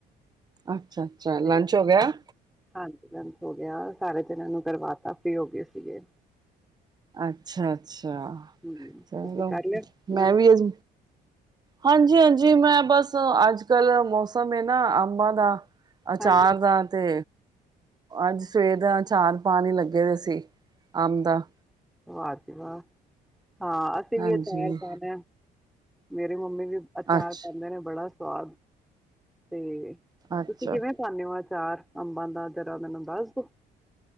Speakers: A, on the right (about 25°); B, in the centre.
A: ਅੱਛਾ ਅੱਛਾ ਲੰਚ
B: ਤੇ
A: ਹੋ ਗਿਆ।
B: ਹਾਂਜੀ ਲੰਚ ਹੋ ਗਿਆ ਸਾਰੇ ਜਣਿਆ ਨੂੰ ਕਰਵਾ ਤਾ ਫਰੀ ਹੋ ਗਏ ਸੀਗੇ।
A: ਅੱਛਾ ਅੱਛਾ
B: ਹਮ
A: ਚਲੋ
B: ਤੁਸੀਂ ਕਰ ਲਿਆ ਲੰਚ
A: ਮੈਂ ਵੀ ਅਜ ਹਾਂਜੀ ਹਾਂਜੀ ਮੈਂ ਬਸ ਅੱਜ ਕੱਲ ਮੌਸਮ ਹੈ ਨਾ ਅੰਬਾਂ ਦਾ ਅਚਾਰ
B: ਹਾਂਜੀ
A: ਦਾ ਤੇ ਅੱਜ ਸਵੇਰ ਦਾ ਅਚਾਰ ਪਾਣੀ ਲੱਗੇ ਹੋਇਆ ਸੀ ਅੰਬ ਦਾ
B: ਵਾਹ ਜੀ ਵਾਹ ਹਾਂ ਅਸੀਂ
A: ਹਾਂਜੀ,
B: ਇਦਾਂ ਹੀ ਅਚਾਰ ਪਾਉਨੇ ਆ ਮੇਰੀ ਮੰਮੀ ਵੀ ਅਚਾਰ
A: ਅੱਛ
B: ਪਾਉਂਦੇ ਨੇ ਬੜਾ ਸਵਾਦ ਤੇ
A: ਅੱਛਾ।
B: ਤੁਸੀਂ ਕਿਵੇਂ ਪਾਨੇਵਾ ਅਚਾਰ ਅੰਬਾਂ ਦਾ ਜਰਾ ਮੈਨੂੰ ਦੱਸ ਦੋ।